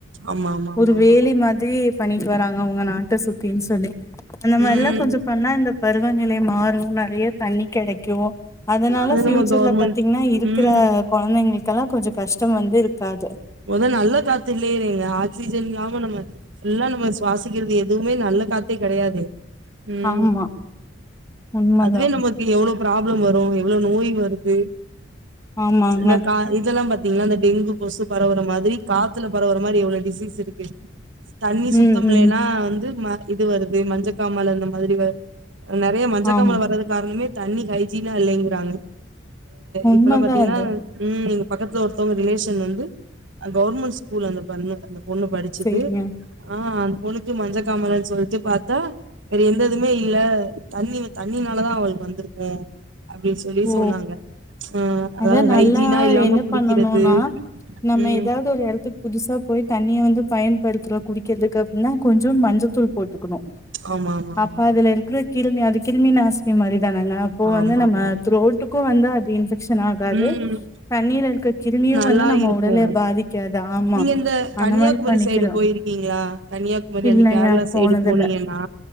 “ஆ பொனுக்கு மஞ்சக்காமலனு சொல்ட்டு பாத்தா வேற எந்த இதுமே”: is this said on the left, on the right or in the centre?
Right